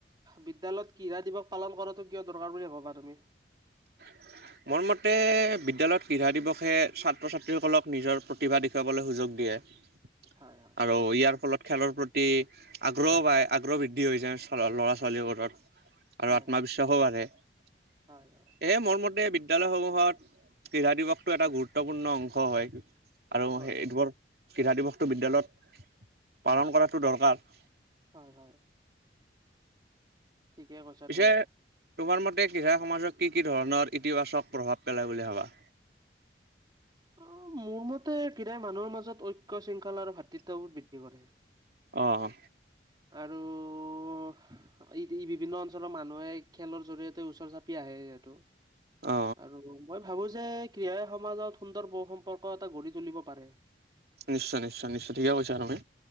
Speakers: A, on the right; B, on the right.
A: বিদ্যালয়ত কিড়া দিবস পালন কৰাটো কিয় দৰকাৰ বুলি ভাবা তুমি?
B: <inaudible> মোৰ মতে বিদ্যালয়ত কিড়া দিৱসে, ছাত্ৰ ছাত্ৰীসকলক নিজৰ প্ৰতিভা দেখুৱালৈ সুযোগ দিয়ে। আৰু
A: হয়, হয়,
B: ইয়াৰ ফলত খেলৰ প্ৰতি আগ্ৰহ পায়, আগ্ৰহ বৃদ্ধ দি হৈ যায়, ল'ৰা-ছোৱালীবোৰ আৰু
A: হয়,
B: আত্মবিশ্বাসো
A: হয়,
B: বাঢ়ে, এ
A: হয়, হয়, নিশ্চয়
B: মোৰ মতে বিদ্যালয়সমূহত ক্ৰীড়া দিৱসটো এটা গুৰুত্বপূৰ্ণ অংশ হয়। আৰু
A: হয়,
B: সেই, এইবোৰ ক্ৰীড়া দিৱসটো বিদ্যালয়ত পালন কৰাটো দৰকাৰ।
A: হয়, হয়। ঠিকে কৈছা
B: পিছে
A: তুমি।
B: তোমাৰ মতে, <unintelligible> সমাজক কি কি ধৰণৰ ইতিবাচক প্ৰভাৱ পেলাই বুলি ভাবা?
A: অ', মোৰ মতে <unintelligible> মানুহৰ মাজত ঐক্য শৃংখলা, আৰু ভাতৃত্ববোধ বৃদ্ধি কৰে।
B: অ'।
A: আৰু ই, বিভিন্ন অঞ্চলৰ মানুহে খেলৰ জৰিয়তে ওচৰ চাপি আহে যিহেতু।
B: অ
A: আৰু মই ভাবোঁ যে ক্ৰীড়াই সমাজত সুন্দৰ বহু সম্পৰ্ক এটা গঢ়ি তুলিব পাৰে।
B: নিশ্চয় নিশ্চয় নিশ্চয়, ঠিকে কৈছা তুমি।